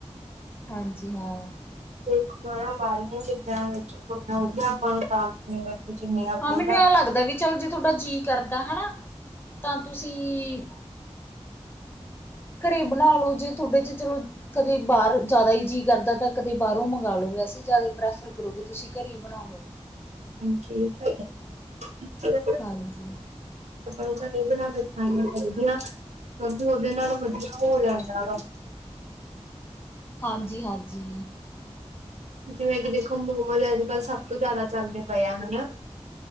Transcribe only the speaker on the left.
ਹਾਂਜੀ ਹਾਂ।
ਹਾਂ ਮੈਨੂੰ
ਇਹ ਲੱਗਦਾ ਵੀ
ਚੱਲ ਜੇ ਤੁਹਾਡਾ ਜੀਅ ਕਰਦਾ ਹਨਾ ਤਾਂ ਤੁਸੀਂ ਘਰੇ ਬਣਾ ਲੋ ਜੇ ਤੁਹਾਡੇ 'ਚ ਚਲੋ ਕਦੇ ਬਾਹਰ ਜਾਦਾ ਹੀ ਜੀਅ ਕਰਦਾ ਤਾਂ ਕਦੇ ਬਾਰੋਂ ਮੰ ਲੋ ਵੈਸੀਂ ਜਾਦਾ ਪ੍ਰੈਫਰ ਕਰੋ ਵੀ ਤੁਸੀਂ ਘਰੇ ਹੀ ਬਣਾ ਲੋ।
ਹਾਂਜੀ,
ਹਾਂਜੀ-ਹਾਂਜੀ